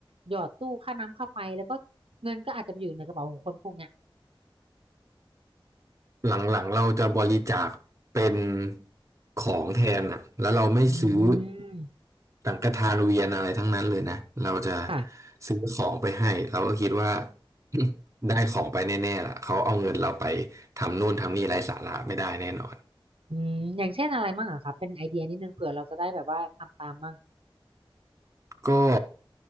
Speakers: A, on the right; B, on the right.
A: หยอดตู้ค่าน้ำค่าไฟแล้วก็เงินก็อาจจะไปอยู่ในกระเป๋าของคนพวกเนี้ย
B: หลังๆเราจะบริจาคเป็นของแทนอ่ะแล้วเราไม่ซื้อ
A: อืม
B: สังฆทานเวียนอะไรทั้งนั้นเลยนะเราจะ
A: ค่ะ
B: ซื้อของไปให้เราก็คิดว่า <coughs> ได้ของไปแน่ๆล่ะเขาเอาเงินเราไปทำนู่นทำนี่ไร้สาระไม่ได้แน่นอน
A: อืมอย่างเช่นอะไรมั่งอะคะเป็นไอเดียนิดนึงเผื่อเราจะได้แบบว่าทำตามมั่ง
B: ก็